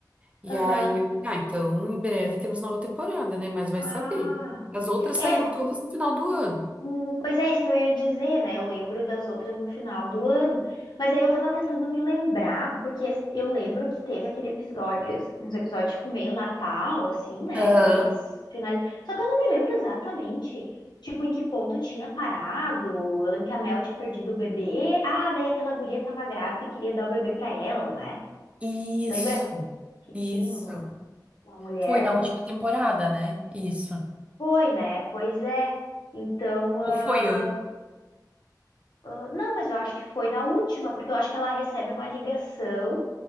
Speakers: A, on the right; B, on the left.
A: E
B: aham.
A: aí, eu, ah, então em breve temos nova temporada, né? Mas vai
B: Ah.
A: saber. As outras saíram
B: É,
A: todas no final do ano.
B: Hum, Pois é, isso que eu ia dizer, né? Eu lembro das outras no final do ano. Mas aí eu tava tentando me lembrar, porque eu lembro que teve aquele episódio, uns episódios tipo meio Natal, assim, né?
A: Aham.
B: Que eles finalizam. Só que eu não me lembro exatamente, tipo, em que ponto tinha parado. Eu lembro que a Mel tinha perdido o bebê. Ah, daí aquela guria tava grávida e queria dar o bebê pra ela, né?
A: Isso,
B: Lembra que tinha
A: isso.
B: uma, uma mulher?
A: Foi na última temporada, né? Isso.
B: Foi, né? Pois é. Então, ah.
A: Ou foi antes?
B: Ah, Não, mas eu acho que foi na última, porque eu acho que ela recebe uma ligação